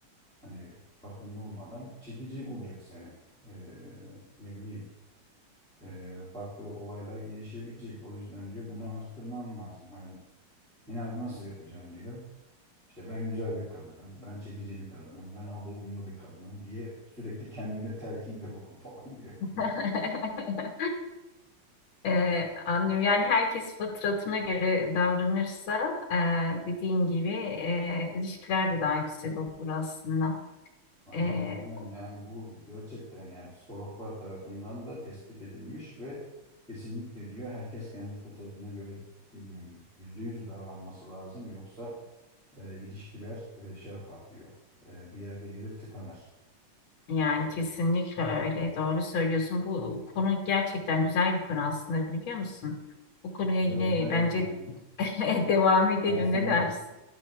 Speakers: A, in the centre; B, on the left.
A: Hani farkında olmadan çekici bulacak seni. E, ne bileyim e, farklı olaylar gelişebilecek. O yüzden diyor bunu arttırmam lazım. Hani ne, nasıl yapacağım diyor. İşte ben güzel bir kadınım, ben çekici bir kadınım, ben alımlı bir kadınım diye sürekli kendine telkinde bulun falan <laughs> diyor böyle.
B: <laughs> Ee, anlıyorum. Yani herkes fıtratına göre davranırsa e, dediğin gibi e, ilişkiler de daha güzel olur aslında.
A: Aynen
B: E,
A: aynen yani bu gerçekten yani psikologlar tarafından da tespit edilmiş ve kesinlikle diyor herkes kendi fıtratına göre ım, yüzde yüz davranması lazım yoksa e, ilişkiler e, şey yapar diyor. E, bir yerde gelir tıkanır.
B: yani kesinlikle öyle. Doğru söylüyorsun. Bu konu gerçekten güzel bir konu aslında biliyor musun? Bu konuya
A: Güzel
B: yine
A: güzel
B: bence
A: Kesinlikle. yıkanır.
B: <laughs> devam edelim.
A: Daha sonra
B: Ne dersin?